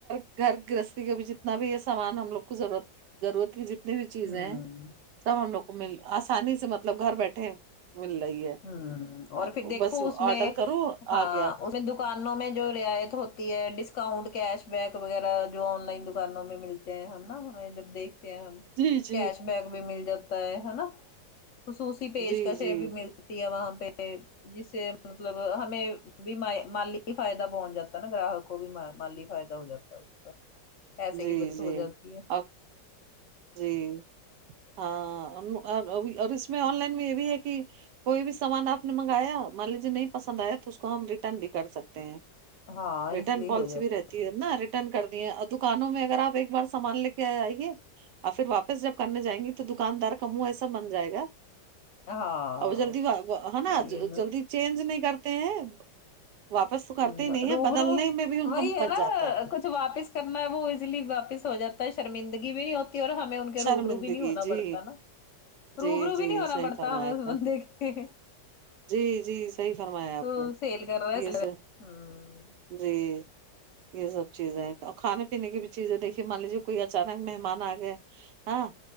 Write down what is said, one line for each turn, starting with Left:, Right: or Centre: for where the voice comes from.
Right: گھر گھر گرہستی کا بھی جتنا بھی یہ سامان ہم لوگ کو ضرورت ضرورت بھی جتنی بھی چیزیں
Left: ہ ہ
Right: ہیں سب ہم لوگ کو مل آسانی سے مطلب گھر بیٹھے مل رہ ہی ہے
Left: ہوں اور
Right: اب
Left: پھر دیکھو
Right: بس
Left: اس میں
Right: آڈر کرو
Left: ہاں
Right: آ گیا
Left: میں دکانوں میں جو رعایت ہوتی ہے ڈسکاؤنٹ کیش بیک وغیرہ جو آن لائن دکانوں میں مل تے ہیں ہم نا ہمیں جب دیکھتے ہیں ہم
Right: جی جی
Left: کیش بیک بھی مل جاتا ہے ہے نا خصوصی پیشکشیں
Right: جی جی
Left: بھی مل تی ہے وہاں پہ جس سے مطلب ہمیں بھی مالی ہی فائدہ پہنچ جاتا ہے نا گراہک کو بھی ما مالی فائدہ ہو جاتا ہے اس کا پیسے
Right: جی
Left: کی بچت
Right: جی
Left: ہو جاتی ہے
Right: اور جی ہاں ا م ار اور اس میں آن لائن میں یہ بھی ہے کہ کوئی بھی سامان آپ نے منگایا مان لیجیے نہیں پسند آیا تو اس کو ہم ریٹرن بھی کر سک تے ہیں
Left: ہاں اس
Right: رٹرن
Left: لیے
Right: پالیسی
Left: ہو جاتا
Right: بھی رہتی ہے نا ریٹرن کر دیا اد دکانوں میں اگر آپ ایک بار سامان لے کے آئیے اور پھر واپس جب کرنے جائیں گی تو دکاندار کا منہ ایسا بن جائے گا
Left: ہے، ہاں
Right: ا وہ جلدی ہے نا
Left: وہی ہے
Right: جلدی چینج نہیں کرتے ہیں واپس تو کرتے
Left: ہوں
Right: ہی نہیں ہے
Left: روبرو
Right: بدلنے میں بھی ان کا
Left: وہی
Right: من بچ
Left: ہے نا
Right: جاتا
Left: کچھ واپس کرنا ہے وہ ازلی واپس ہواتا ہے شرمندگی بھی نہیں تی ہے اور ہمیں ان کے
Right: شرمندگی
Left: روب رو بھی نہیں ہونا
Right: جی
Left: پڑتا نا
Right: جی
Left: روبرو بھی
Right: جی
Left: نہیں ہونا
Right: صحیح
Left: پڑتا
Right: فرمایا
Left: ہمیں اس
Right: آپ نے
Left: بندے کے
Right: جی جی صحیح فرمایا آپ
Left: تو
Right: نے
Left: سیل کر رہا ہے
Right: یہ سر
Left: ہ
Right: جی یہ سب چیزیں تو کھانے پینے کی بھی چیزیں دیکھیے مان لیجے کوئی اچانک مہمان آ گئے ہاں